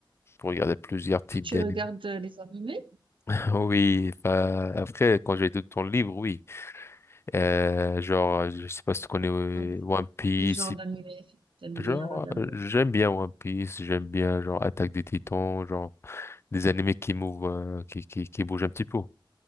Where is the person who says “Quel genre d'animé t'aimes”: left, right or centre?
Right